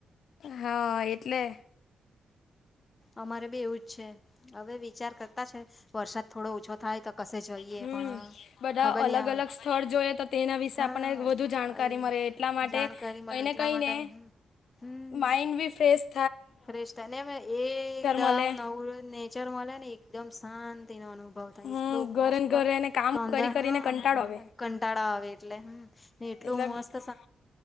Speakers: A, on the left; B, on the left.
A: હા એટલે‌.
B: અમારે બ એવુંજ છે હવે વિચાર કરતા છે. વરસાદ થોડો ઓછો થાય તો કશે જઈએ
A: હમ
B: પણ
A: બધા
B: ખબર
A: અલગ
B: નહી આ
A: અલગ સ્થળ જોઈએ તો, તેના વિશે
B: હા
A: આપણને વધુ જાણકારી
B: આવી
A: મળે એટલા માટે
B: જાણકારી મળે
A: કઈને
B: એટલા
A: કઈ
B: માટે
A: ને,
B: હમ
A: માઇન્ડ પણ ફ્રેેશ,
B: ફ્રેશ થાય ને એકદમ
A: મળે
B: નવરું નેચર મળે ને એકદમ શાંતિ નો અનુભવ.
A: હમ
B: એટલું
A: ઘરે
B: મસ્ત
A: ને ઘરેને કામ
B: સંધર
A: કરી કરીને
B: હ.
A: કંટાળો આવે
B: કંટાળા આવે એટલે એટલું
A: એટલે
B: મસ્ત.
A: ને